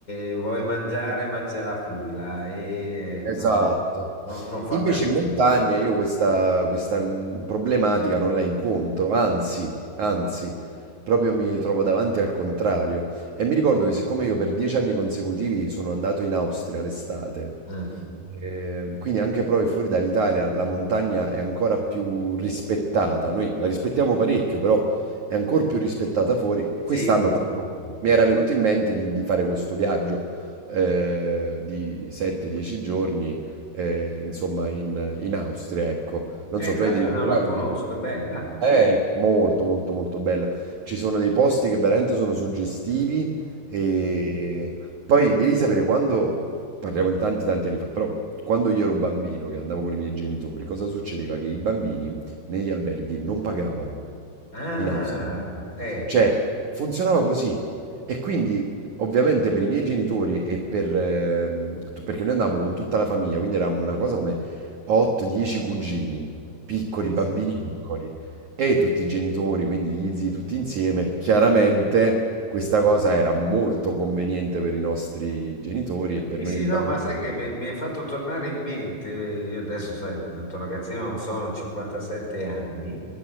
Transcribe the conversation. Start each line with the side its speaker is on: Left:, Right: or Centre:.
Left: e vuoi mangiare ma c'è la fila e
Right: esatto.
Left: no, no, non fa
Right: Invece
Left: per me.
Right: in montagna io questa, questa mm, problematica non la incontro, anzi, anzi, proprio mi trovo davanti al contrario. E mi ricordo che siccome io per dieci anni consecutivi sono andato in Austria l'estate,
Left: Eh,
Right: Eh, quindi anche proprio fuori dall'Italia la montagna è ancora più rispettata. Noi la rispettiamo parecchio, però è ancora più rispettata fuori.
Left: sì,
Right: Quest'anno proprio
Left: sì, sì.
Right: mi era venuto in mente di, di fare questo viaggio eh, di 7-10 giorni, eh, insomma, in, in Austria, ecco. Non
Left: Eh,
Right: so,
Left: questa
Right: tu hai dei programmi?
Left: non la conosco, è bella?
Right: È molto molto molto bella. Ci sono dei posti che veramente sono suggestivi e poi devi sapere quando, parliamo di tanti tanti anni fa, però quando io ero bambino che andavo con i miei genitori, cosa succedeva? Che i bambini negli alberghi non pagavano
Left: Ah,
Right: in Austria.
Left: eh,
Right: Cioè, Eh, funzionava così. E quindi, ovviamente, per i miei genitori e per... ehm, tu- perché noi andavamo con tutta la famiglia, quindi eravamo una cosa come 8-10 cugini, piccoli,
Left: sì,
Right: bambini
Left: sì.
Right: piccoli, e tutti i genitori, quindi gli zii tutti insieme. Chiaramente questa cosa era molto conveniente per i nostri genitori e per
Left: Sì,
Right: noi
Left: sì, no,
Right: bambini.
Left: ma sai che mi mi è fatto tornare in mente, io adesso, sai, tanto ragazzino non sono, 57 anni,